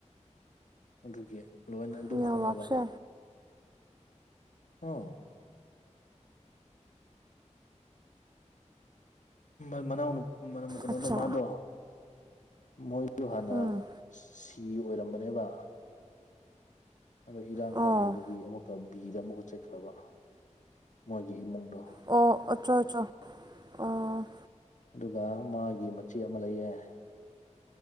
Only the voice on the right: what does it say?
ꯅꯦꯠꯋꯥꯛꯁꯦ
ꯑꯠꯆꯥ
ꯎꯝ
ꯑꯣ
ꯑꯣ ꯑꯆꯣ ꯑꯆꯣ ꯑꯣ